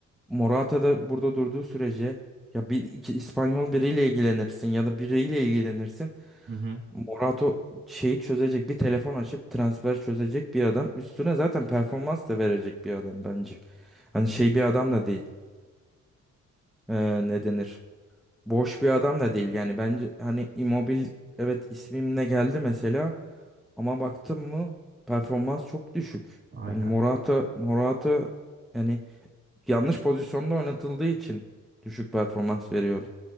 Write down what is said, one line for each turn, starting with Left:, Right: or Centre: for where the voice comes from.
Centre: Morata da burada durduğu sürece ya bir iki İspanyol biriyle ilgilenirsin ya da biriyle ilgilenirsin.
Right: Hı hı.
Centre: Morata şeyi çözecek bir telefon açıp transfer çözecek bir adam. Üstüne zaten performans da verecek bir adam bence. Hani şey bir adam da değil. Ee, ne denir? Boş bir adam da değil. Yani bence hani Immobile evet ismimle geldi mesela ama baktım mı performans çok düşük.
Right: Aynen.
Centre: Yani Morata Morata yani yanlış pozisyonda oynatıldığı için düşük performans veriyordu.